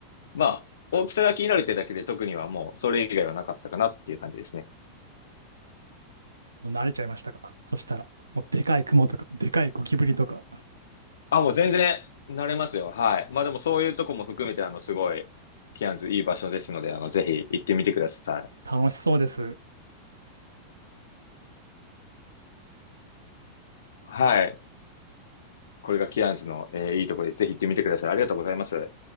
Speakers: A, on the left (about 70°); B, on the right (about 85°).
A: まあ、大きさが気になるってだけで特にはもうそれ以外はなかったかなっていう感じですね。
B: もう慣れちゃいましたかそしたら、もうでかいクモとか、でかいゴキブリとか、
A: あ、もう全然慣れますよ。はい。まあでもそういうとこも含めて、あの、すごい、キアンズいい場所ですので、あの、ぜひ行ってみてください。
B: 楽しそうです。
A: はい。これがキアンズの、えーいいところです。ぜひ行ってみてください。ありがとうございます。